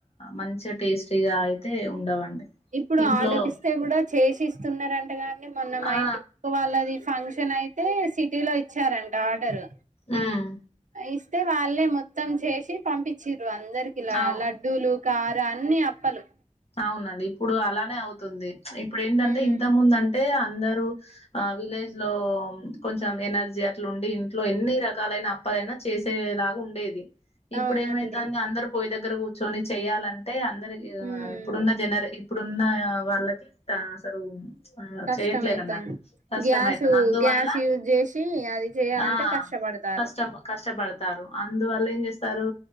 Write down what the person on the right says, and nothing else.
ఇప్పుడు
ఆర్డర్ ఇస్తే కూడా చేసి ఇస్తున్నారంటగాని మొన్న మా
ఇంటిపక్క వాళ్ళది ఫంక్షన్ అయితే సిటీ లో ఇచ్చారంట ఆర్డరు
ఇస్తే వాళ్ళే మొత్తం చేసి పంపించింది అందరికిలా
లడ్డూలు కార అన్నిీ అప్పలు
ఉమ్
అవునండి
ఉమ్
కష్టమైతాంది
గ్యాసు
గ్యాస్ యూజ్ చేసి అది చేయాలంటే
కష్టపడతారు